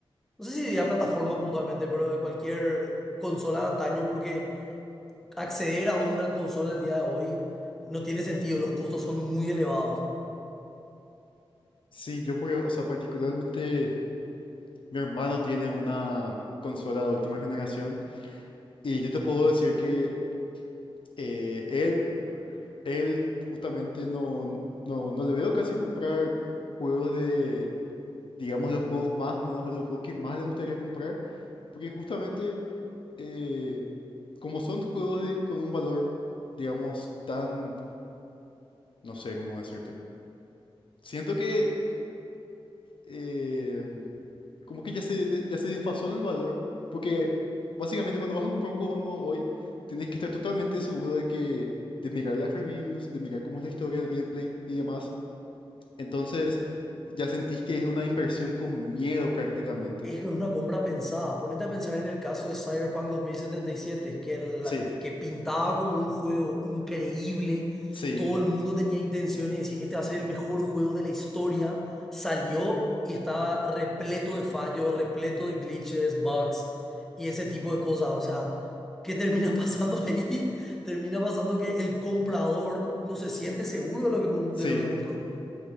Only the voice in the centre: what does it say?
no sé si diría plataforma puntualmente, pero de cualquier consola de antaño, porque... acceder a una consola al día de hoy no tiene sentido, los costos son muy elevados.
Es una compra pensada. Ponete a pensar en el caso de Cyberpunk 2077, que, la-
que pintaba como un juego increíble.
Todo el mundo tenía intenciones de decir, este va a ser el mejor juego de la historia. Salió y estaba repleto de fallos, repleto de glitches, bugs y ese tipo de cosas. O sea, ¿qué termina <laughs> pasando ahí? Termina pasando que el comprador no se siente seguro de lo que, com-
de lo que compró.